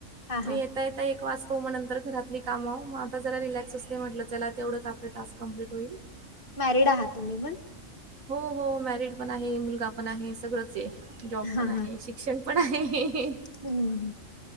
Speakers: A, on the left (about 45°); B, on the right (about 90°).
A: हा
B: मग,
A: हा
B: येत ता येता एक वाजतो मग नंतर घरातली कामं मग आता जरा रिलॅक्स असते, म्हटलं चला तेवढंच आपले टास्क कंप्लीट होईल.
A: मॅरिड आहात तुम्ही पण?
B: हो हो मॅरिड पण आहे, मुलगा पण आहे, सगळंच आहे, जॉब
A: हा
B: पण आहे
A: हा
B: शिक क्षण पण आहे.
A: हम्म!